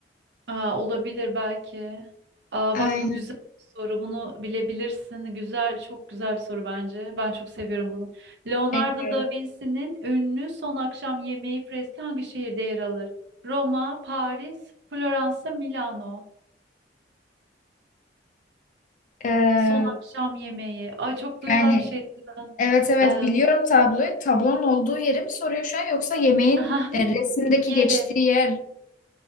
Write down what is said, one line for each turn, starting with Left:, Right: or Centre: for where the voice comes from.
Right: Aa, olabilir belki. Aa,
Left: Aynen
Right: bak bu güzel bir soru. Bunu bilebilirsin. Güzel, çok güzel bir soru bence. Ben çok seviyorum bunu. Leonardo
Left: bekliyorum.
Right: da Vinci'nin ünlü Son Akşam Yemeği freski hangi şehirde yer alır? Roma, Paris, Floransa, Milano.
Left: E,
Right: Son Akşam Yemeği. Ay çok duyulan
Left: yani
Right: bir şey. zaten.
Left: evet evet
Right: Ee,
Left: biliyorum tabloyu. Tablonun olduğu yeri mi soruyor şu an yoksa yemeğin
Right: <laughs>
Left: e, resimdeki
Right: yeri.
Left: geçtiği yer